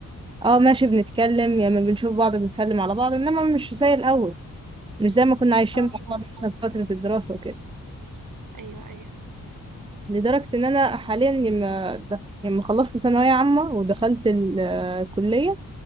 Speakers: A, on the right; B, on the right.
A: اه ماشي بنتكلم يا يعني بنشوف بعض بنسلم على بعض إنما مش زي الأول مش زي ما كنا عايشين
B: اه طبعا
A: مع بعض مثلا
B: فعلا
A: في فترة الدراسة وكده
B: ايوه ايوه
A: لدرجة إن أنا حاليا لما لما خلصت ثانوية عامة ودخلت الكلية